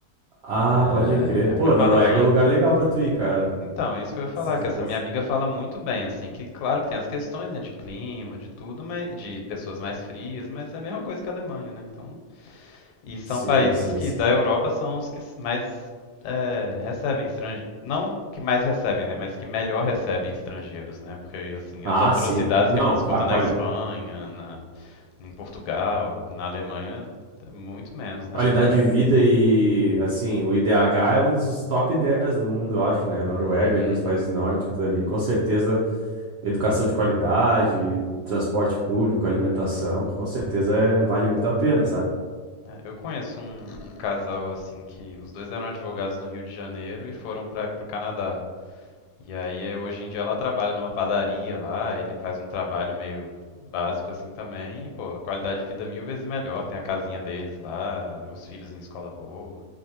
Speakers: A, on the right; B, on the left.
A: Ah,
B: É,
A: pode crer.
B: é,
A: Pô,
B: como é que
A: Noruega
B: fala? Ângulo.
A: é um lugar legal pra tu ir, cara.
B: Então, é isso que eu ia falar,
A: Se tu
B: que essa
A: gosta.
B: minha amiga fala muito bem, assim, que claro que tem as questões, né, de clima, de tudo, mas, de pessoas mais frias, mas é a mesma coisa que a Alemanha, né, então... E são
A: Sim,
B: países
A: sim,
B: que
A: sim.
B: da Europa são os que mais é, recebem estrangeiros, não que mais recebem, né, mas que melhor recebem estrangeiros, né, porque, assim,
A: Ah,
B: as atrocidades
A: sim. Não,
B: que a gente escuta
A: a quali-
B: na Espanha, na, em Portugal, na Alemanha, é muito menos, né,
A: qualidade
B: na Noruega.
A: de vida
B: mesmo.
A: e, assim, o IDH é um dos top 10 do mundo, eu acho, né? A Noruega
B: Uhum,
A: ali, os países nórdicos ali, com certeza, educação de qualidade, transporte público, alimentação, com certeza
B: pois é.
A: é- vale muito a pena, sabe?
B: É, eu conheço um, um casal assim que os dois eram advogados no Rio de Janeiro e foram para o Canadá. E aí é, hoje em dia ela trabalha numa padaria lá, ele faz um trabalho meio básico assim também, e pô, a qualidade de vida é mil vezes melhor, tem a casinha deles lá, os filhos em escola boa,